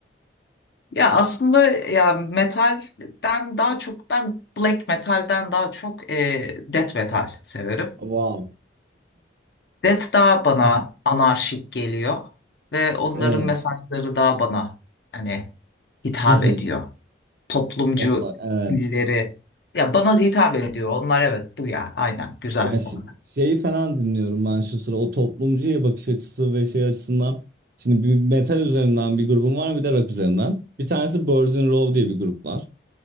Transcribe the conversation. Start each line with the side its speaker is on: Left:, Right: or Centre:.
Left: Ya aslında ya metalden daha çok ben black metalden daha çok e, death metal severim.
Right: Wow.
Left: Death daha bana
Right: <laughs>
Left: anarşik geliyor ve onların
Right: Evet.
Left: mesajları daha bana hani hitap
Right: <laughs>
Left: ediyor. toplumcu
Right: Vallahi evet.
Left: dilleri. Ya bana hitap ediyor. Onlar evet bu ya. Aynen güzel
Right: Ya ş-
Left: onlar.
Right: şeyi falan dinliyorum ben şu sıra o toplumcuya bakış açısı ve şey açısından. Şimdi bir metal üzerinden bir grubum var bir de rock üzerinden. Bir tanesi Birds in Row diye bir grup var.